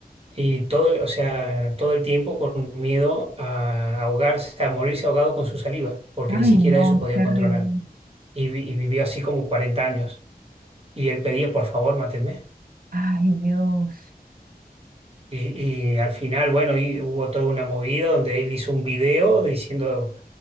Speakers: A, on the right (about 35°); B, on the right (about 60°).
A: y todo, o sea, todo el tiempo con miedo a ahogarse, a morirse ahogado con su saliva, porque
B: ay,
A: ni siquiera
B: no,
A: eso podía
B: terrible.
A: controlar. Y, vi- y vivió así como 40 años. Y él pedía, por favor, mátenme.
B: Ay, Dios.
A: Y, y al final, bueno, y hubo toda una movida donde él hizo un video diciendo,